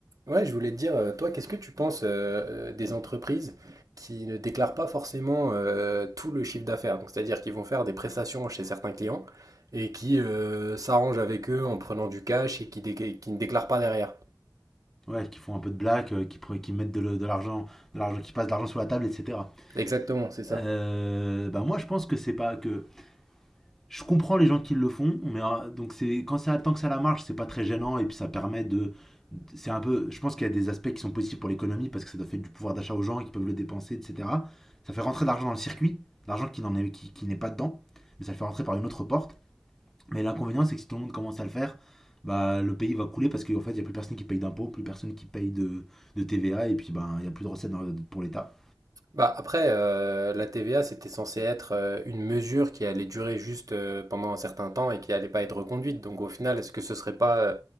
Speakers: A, on the right; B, in the centre.
A: Ouais, je voulais te dire, euh, toi, qu'est-ce que tu penses euh, euh, des entreprises qui ne déclarent pas forcément euh, tout le chiffre d'affaires? Donc, c'est-à-dire qu'ils vont faire des prestations chez certains clients et qui euh, s'arrangent avec eux en prenant du cash et qui, dé- qui ne déclarent pas derrière.
B: Ouais, qui font un peu de blague, euh, qui, pre- qui mettent de, le- de l'argent, de l'argent, qui passent de l'argent sur la table, etc.
A: Exactement, c'est ça.
B: Euh, bah moi, je pense que c'est pas que je comprends les gens qui le font, mais euh, donc c'est quand ça tant que ça la marche, c'est pas très gênant et puis ça permet de, de- c'est un peu, je pense qu'il y a des aspects qui sont positifs pour l'économie parce que ça doit faire du pouvoir d'achat aux gens qui peuvent le dépenser, etc. Ça fait rentrer de l'argent dans le circuit, l'argent qui n'en est qui, qui n'est pas dedans, mais ça le fait rentrer par une autre porte. Mais l'inconvénient, c'est que si tout le monde commence à le faire, bah, le pays va couler parce qu'en fait, il n'y a plus personne qui paye d'impôts, plus personne qui paye de, de TVA, et puis ben, il n'y a plus de recettes dans- pour l'État.
A: Bah, après, euh, la TVA, c'était censé être euh, une mesure qui allait durer juste euh, pendant un certain temps et qui allait pas être reconduite. Donc, au final, est-ce que ce serait pas euh,